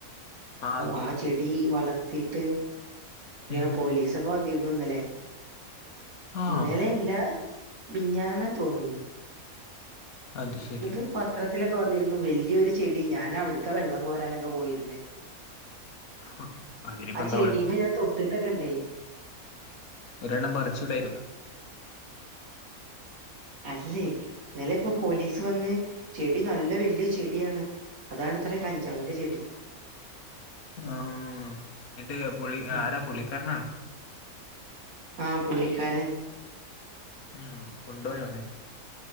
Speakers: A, on the left; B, on the right.
A: ആഹ് കേട്ടിട്ടുണ്ട്
B: ആ ചെടി വളർത്തിട്ട് ഇങ്ങനെ
A: ഉം
B: പോലീസൊക്കെ വന്നിരുന്നു ഇന്നല്ലേ
A: ആഹ്
B: ഇന്നലെല്ലാ മിഞ്ഞാനാ തോന്നുന്നു
A: അത് ശരി
B: ഇത് പത്രത്തിലെ ക്ക് വന്നിരുന്നു വല്യൊരു ചെടി ഞാനവിടക്കാ വെള്ളം കോരാനൊക്കെ പോയിരുന്നേ
A: ഹും, അതിനിപ്പോ
B: ആ
A: എന്താ
B: ചെടിമ്മേ
A: കൊഴപ്പം
B: ഞാൻ തൊട്ടിട്ടൊക്കെ ഇണ്ടേ
A: ഒരെണ്ണം പറിച്ചൂടാരുന്നാ
B: അല്ലേ ഇന്നലെ ഇപ്പോ പോലീസ് വന്ന് ചെടി നല്ല വല്ല്യ ചെടി ചെടിയാണ് അതാണ് ഇത്ര കഞ്ചാവിന്റെ ചെടി
A: ആഹ് എന്നിട്ട് പുള്ളി
B: ഉം
A: ആരാ പുള്ളിക്കാരനാണോ
B: ആഹ് പുള്ളിക്കാരൻ
A: ഉമ് കൊണ്ടോയോ ഓനെ